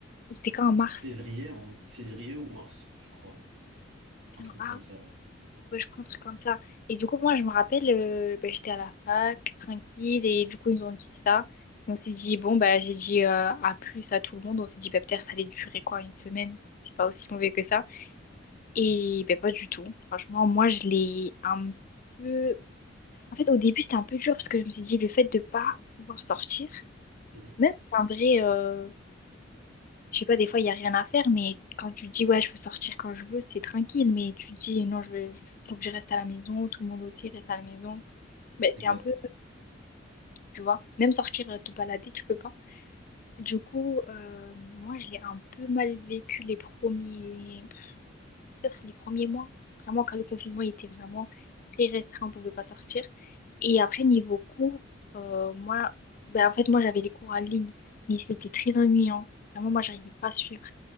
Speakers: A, on the left; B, on the right.
A: Ou c'était quand en mars?
B: Février, en- février ou mars, je crois.
A: C'était
B: Un truc
A: en- Ah
B: comme ça.
A: Ouais, je crois un truc comme ça. Et du coup, moi, je me rappelle, euh, ben, j'étais à la fac, tranquille, et du coup, ils nous ont dit ça. Et on s'est dit, bon, ben j'ai dit euh, à plus à tout le monde. On s'est dit, bah, peut-être ça allait durer quoi, une semaine? C'est pas aussi mauvais que ça. Et ben, pas du tout. Franchement, moi, je l'ai un peu. En fait, au début, c'était un peu dur parce que je me suis dit, le fait de pas pouvoir sortir,
B: Mhm.
A: même si en vrai, euh, je sais pas, des fois, il n'y a rien à faire, mais quand tu dis, ouais, je peux sortir quand je veux, c'est tranquille. Mais tu dis, non, je veux, faut que je reste à la maison, tout le monde aussi reste à la maison. Mais
B: Exact.
A: c'est un peu, tu vois, même sortir euh, te balader, tu peux pas. Du coup, euh, moi, je l'ai un peu mal vécu les premiers, peut-être les premiers mois. Vraiment, quand le confinement était vraiment très restreint, on pouvait pas sortir. Et après, niveau cours, euh, moi, ben, en fait, moi, j'avais des cours en ligne, mais c'était très ennuyant. Vraiment, moi, j'arrivais pas à suivre.